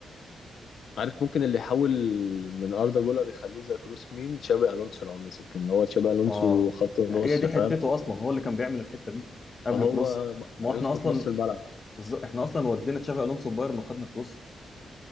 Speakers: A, on the left; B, on the left.
A: عارف ممكن اللي يحول من اردا جولر يخليه زي كروس مين تشابي الونسو لو مسك ان هو تشابي الونسو
B: اه
A: خط نص
B: هي دي
A: فاهم
B: حتته اصلا هو اللي كان بيعمل الحته دي قبل
A: فهو
B: كروس ما
A: هيظبط
B: هو احنا اصلا
A: نص الملعب
B: بالظبط احنا اصلا ودينا تشافي الونسو بايرن وخدنا كروس